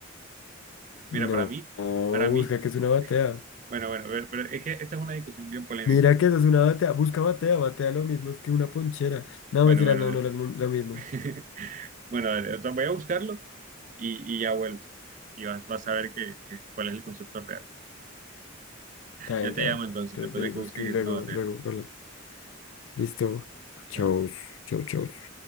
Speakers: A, on the left; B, on the right.
A: No,
B: Mira, para mí,
A: no,
B: para mí,
A: busca que es una batea.
B: bueno, bueno, a ver, pero es que esta es una discusión bien polémica.
A: Mira que eso es una batea. Busca batea, batea lo mismo, es que una ponchera. No,
B: Bueno,
A: mentira,
B: bueno,
A: no, no es lo lo mismo.
B: <laughs> Bueno, dale, o sea, voy a buscarlo y, y ya vuelvo. Y vas, vas a ver que, que- cuál es el concepto real.
A: Está bien,
B: Ya
A: está
B: te llamo
A: bien.
B: entonces,
A: Entonces
B: después
A: ve
B: de
A: y
B: que
A: busca
B: busque que
A: y luego,
B: no te.
A: luego, bueno, listo. Chau,
B: Dale.
A: chau, chau.